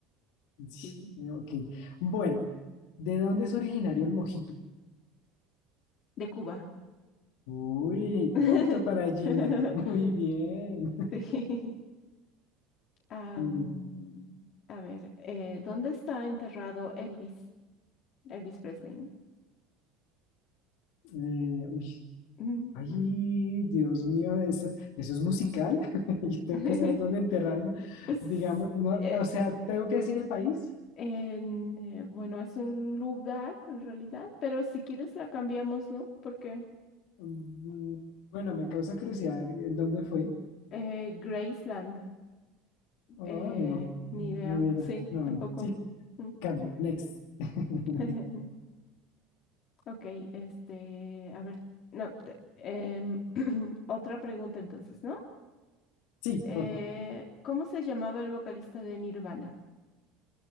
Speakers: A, on the left; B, on the left.
A: Sí,
B: sí.
A: eh, ok. Bueno, ¿de dónde es originario el mojito?
B: De Cuba.
A: Uy,
B: <laughs>
A: punto para Gina. <laughs> Muy bien.
B: Sí. Am,
A: Mm,
B: a ver, eh, ¿dónde está enterrado Elvis? Elvis Presley. ¿no?
A: eh, uy,
B: Ujú.
A: ay, Dios mío, ¿eso, eso es musical? <laughs> Yo tengo
B: <laughs>
A: que saber dónde enterrar una,
B: Es,
A: digamos, no,
B: eh,
A: o sea, tengo que decir el país.
B: En, eh, bueno, es un lugar en realidad, pero si quieres la cambiamos, ¿no? Porque
A: Mm, Bueno, me causa curiosidad, ¿en ¿dónde fue?
B: eh, Graceland,
A: Oh,
B: eh,
A: no,
B: ni
A: no
B: idea.
A: hubiera,
B: Sí,
A: no,
B: tampoco.
A: sí,
B: Mm.
A: cambio, next. <laughs>
B: <laughs> Ok, este, a ver, no, te- em, <clears throat> otra pregunta entonces, ¿no?
A: Sí,
B: Eh,
A: por favor.
B: ¿cómo se llamaba el vocalista de Nirvana?